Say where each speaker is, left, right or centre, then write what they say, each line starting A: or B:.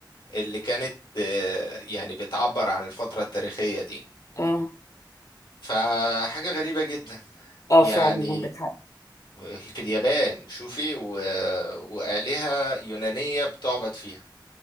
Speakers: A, on the left; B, on the left.
A: اللي كانت آه، يعني بتعبر عن الفترة التاريخية دي
B: اه
A: فحاجة غريبة جدا
B: اه
A: يعني
B: فعلا عندك حق
A: في اليابان شوفي و... وآلهة يونانية بتعبد فيها